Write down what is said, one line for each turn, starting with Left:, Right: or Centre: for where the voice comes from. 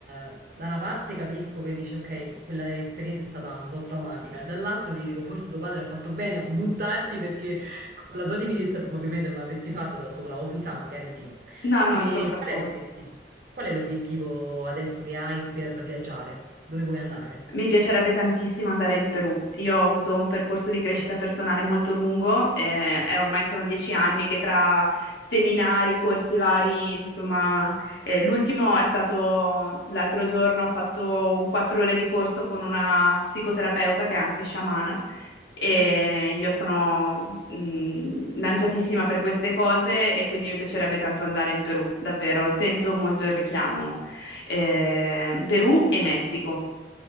Right: eh, da una parte capisco che dici, ok, quella esperienza è stata un po' traumatica, dall'altra ti dico, forse tuo padre ha fatto bene a buttarti perché con la tua timidezza probabilmente non avresti fatto da sola, o chissà, magari sì.
Left: No, non
Right: E
Left: sono d'accordo.
Right: qual è l'obiettivo? Qual è l'obiettivo adesso che hai per viaggiare? Dove vuoi andare?
Left: Mi piacerebbe tantissimo andare in Perù. Io ho avuto un percorso di crescita
Right: Ah,
Left: personale molto lungo, eh, e ormai sono dieci anni che tra seminari, corsi vari, insomma, eh, l'ultimo è stato l'altro giorno, ho fatto un quattro ore di corso con una psicoterapeuta che è anche sciamana. E
Right: mm.
Left: io sono mh, lanciatissima per queste cose e quindi mi piacerebbe tanto andare in Perù, davvero. Sento molto il richiamo eh, Perù e Messico,